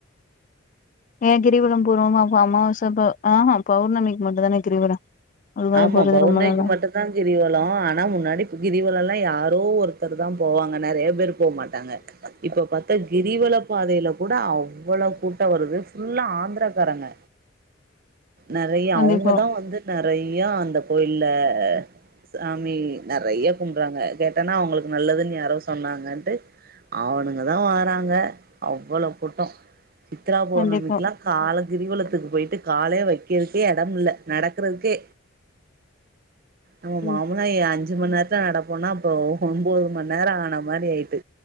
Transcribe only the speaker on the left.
ஏன் கிரிவலம் போறோமா ஆமா உசப்பு ஆஹ பௌர்ணமிக்கு மட்டும் தான கிரிவலம் அது மாரி
போறது
ரொம்ப நாளா
கண்டிப்பா
கண்டிப்பா
ம்